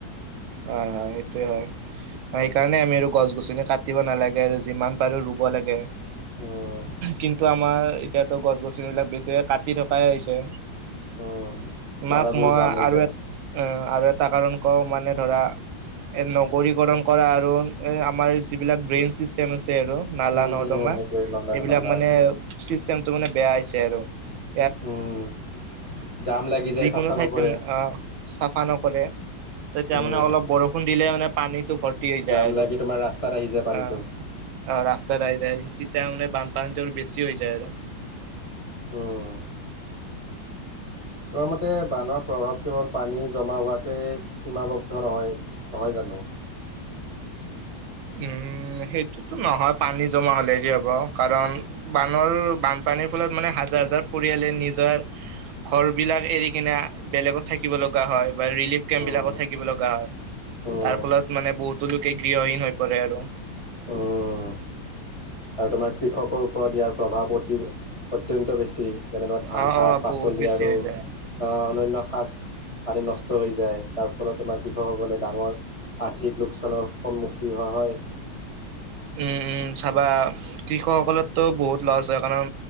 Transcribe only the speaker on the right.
হয় হয় সেইটোৱে হয় সেইকাৰণে আমি আৰু গছ গছনি কাটিব নালাগে আৰু যিমান পাৰো ৰুব লাগে
কিন্তু আমাৰ এতিয়াতো গছ গছনিবিলাক বেছি কাটি থকাই হৈছে
তোমাক
মই
আৰু
এ আৰু এটা কাৰণ কৰ মানে ধৰা নবৰিকৰ্ণ কৰা আৰু আমাৰ ইবিলক যি গ্ৰেন চিষ্টেম <unintelligible> আৰু
নালা নৰ্দমা
সেইবিলাক
মানে চিষ্টেমটো মানে বেয়া হৈছে আৰু <unintelligible>
যিকোনো
ঠাইত
তেওঁ আহ চাফা নকৰে তেতিয়া
মানে অলপ বৰষুণ দিলে মানে পানীত ত' ভৰ্তি যায়
আৰু,
অ' অ' ৰাস্তাত আহী যায় তিয়া মানে বানপানীটো আৰু বেছি হৈ যায় আৰু।
উম, সেইটোতো নহয় পানী জমা হলে যে হ'ব কাৰণ বানৰ বানপান পানীৰ ফলত মানে হাজাৰ হাজাৰ পৰিয়ালে নিজৰ ঘৰ বিলাক এৰি কিনে বেলেগত থাকিব লগা হয়। বা ৰিলিফ কেম্প
বিলাকত থাকিব লগা হয়।
তাৰ ফলত মানে বহুতো লোকে গৃহহীন হৈ পৰে আৰু।
অ
অ
বহুত বেছি
হৈ
যায়।
উম উম, চাবা কৃষকসকলৰতো বহুত লছ হয় কাৰণ